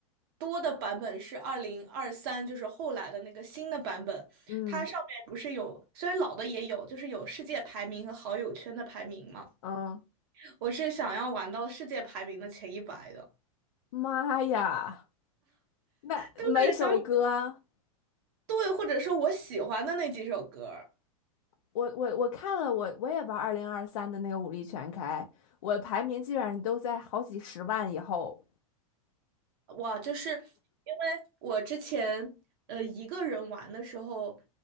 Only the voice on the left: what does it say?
嗯
嗯，
妈呀，那每首歌。
我我我看了，我我也玩二零二三的那个武力全开，我排名基本上都在好几十万以后，